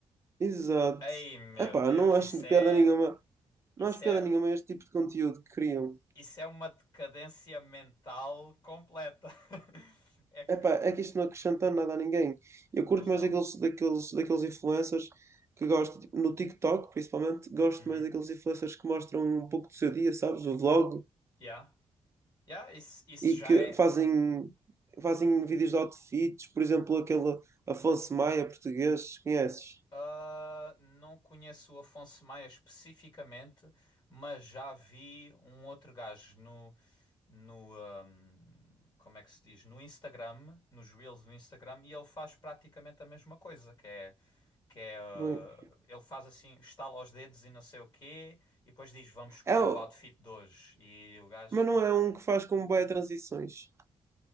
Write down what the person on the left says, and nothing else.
Ei, meu
Deus,
isso
é.
Isso
é,
isso é uma decadência mental completa. <laughs> é que.
Pois
não.
Uhum.
Yeah. Yeah, isso, isso
já
é.
Ah, não conheço o Afonso Maia especificamente, mas já vi um outro gajo no, no, ahm, como é que se diz? No Instagram, nos Reels do Instagram, e ele faz praticamente a mesma coisa, que é, que é, ah,
ele faz assim, estala os dedos e não sei o quê, e depois diz, vamos escolher
o outfit de hoje. E o gajo,
tipo,